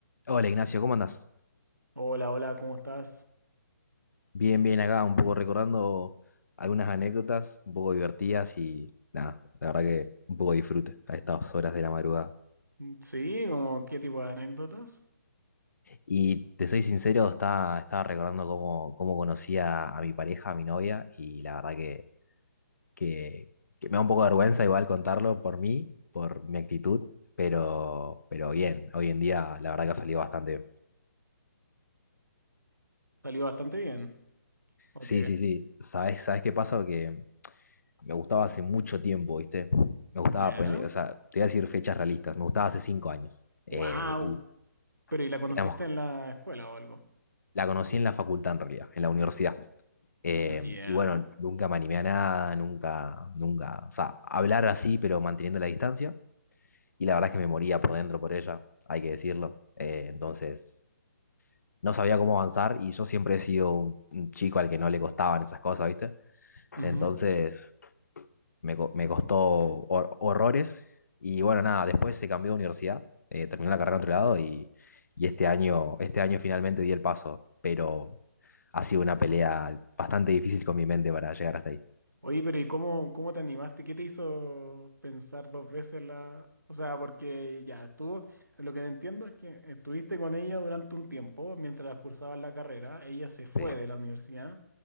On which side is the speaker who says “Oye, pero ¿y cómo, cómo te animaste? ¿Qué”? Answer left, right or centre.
Right